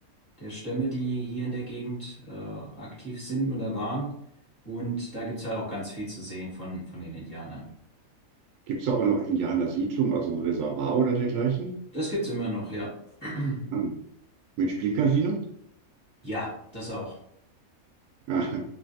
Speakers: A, on the left (about 30°); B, on the right (about 70°).
A: der Stämme, die hier in der Gegend äh, aktiv sind oder waren. Und da gibt's halt auch ganz viel zu sehen von, von den Indianern.
B: Gibt es da auch noch Indianersiedlung, also ein Reservoir oder dergleichen?
A: Das gibt's immer noch, ja. <clears throat>
B: Hm. Mit Spielcasino?
A: Ja, ja.
B: <laughs>
A: Ja, das auch.
B: Ah,